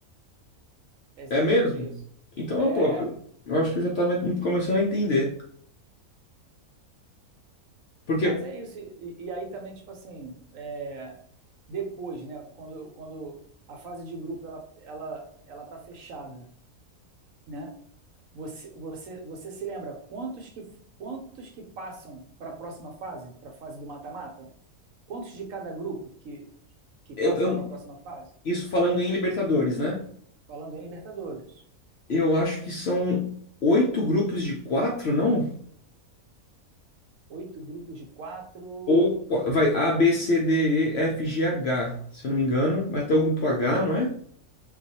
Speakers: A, on the right; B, on the left.
A: É exatamente
B: é mesmo?
A: isso.
B: Então,
A: É,
B: pô,
A: é.
B: eu acho que eu já tava começando a entender. Porque
A: Mas é isso. E, e aí também, tipo assim, é, depois, né? Quando, quando a fase de grupo ela, ela, ela tá fechada, né? Você, você, você se lembra quantos que, quantos que passam para a próxima fase, para a fase do mata-mata? Quantos de cada grupo que, que passam
B: eu, eu-
A: para a próxima fase?
B: isso falando em Libertadores, né?
A: Falando em Libertadores.
B: Eu acho que são oito grupos de quatro, não?
A: Oito grupos de quatro.
B: Ou qua- vai A, B, C, D, E, F, G, H, se eu não me engano. Vai até o grupo H, não é?